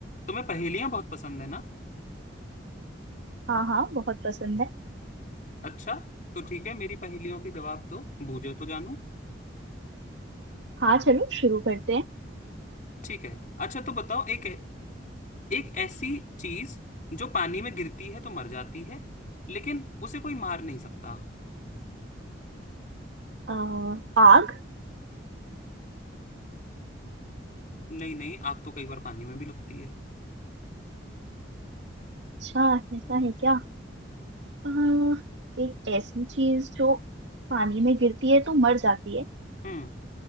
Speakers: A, on the left; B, on the right.
A: तुम्हें पहेलियां बहुत पसंद है ना
B: हाँ हाँ बहुत पसंद है
A: अच्छा तो ठीक है मेरी पहेलियों के जवाब तो बूझो तो जानू
B: हाँ चलो शुरू करते हैं
A: ठीक है अच्छा तो बताओ एक एक ऐसी चीज जो पानी में गिरती है तो मर जाती है लेकिन उसे कोई मार नहीं सकता
B: अ, आग
A: नहीं नहीं आग तो कई बार पानी में भी लगती है
B: अच्छा ऐसा है क्या अ, एक ऐसी चीज जो पानी में गिरती है तो मर जाती है
A: हम्म